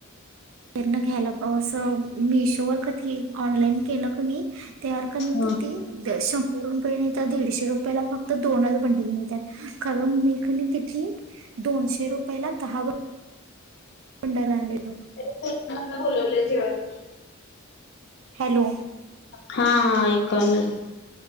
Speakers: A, on the right; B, on the left.
A: <unintelligible> घ्यायला मिशोवर कधी ऑनलाईन केलं कणी. त्यावर कमी
B: हा.
A: किती श शंभर रुपये नाही तर दीडशे रुपयाला फक्त दोनच मंडळ मिळतात खरं मी कणी किती दोनशे रुपये दहा. बंडल आणलेलं.
B: आणि कोणाकोणाला बोलवले जेवायला?
A: हॅलो
B: हा ऐकू आलं.